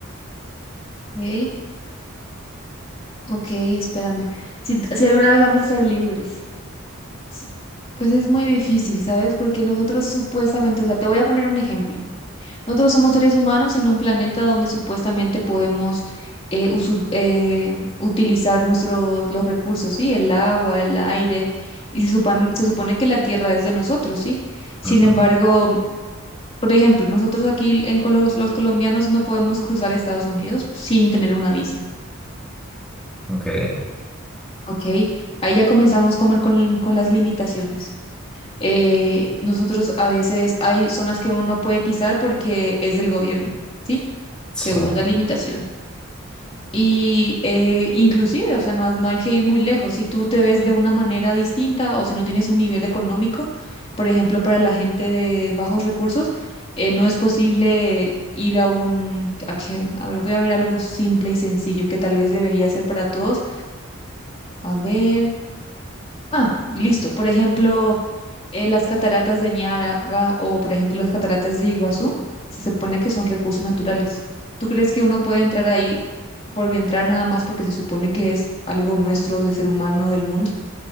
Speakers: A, on the left (about 30°); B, in the centre.
A: Ok, ok, espérame. Si, si alguna vez vamos a ser libres. S- Pues es muy difícil, ¿sabes? Porque nosotros supuestamente, o sea, te voy a poner un ejemplo. Nosotros somos seres humanos en un planeta donde supuestamente podemos eh, usur- eh, utilizar nuestros los recursos, ¿sí? El agua, el aire, y se supan- se supone que la tierra es de nosotros, ¿sí? Sin
B: Ujú,
A: embargo, por ejemplo, nosotros aquí en Colo- los los colombianos no podemos cruzar Estados Unidos sin tener una visa,
B: Ok,
A: ¿ok? Ahí ya comenzamos con, con con las limitaciones. eh, nosotros a veces hay zonas que uno no puede pisar porque es del gobierno, ¿sí?
B: sí.
A: Segunda limitación. Y eh, inclusive, o sea, no, has- no hay que ir muy lejos. Si tú te ves de una manera distinta o si no tienes un nivel económico, por ejemplo, para la gente de bajos recursos, eh, no es posible ir a un... A, que- a ver, voy a ver algo simple y sencillo que tal vez debería ser para todos. A ver. Ah, listo. Por ejemplo, eh, las cataratas de Niágara o, por ejemplo, las cataratas de Iguazú, se supone que son recursos naturales. ¿Tú crees que uno puede entrar ahí por entrar nada más porque se supone que es algo nuestro, de ser humano, del mundo?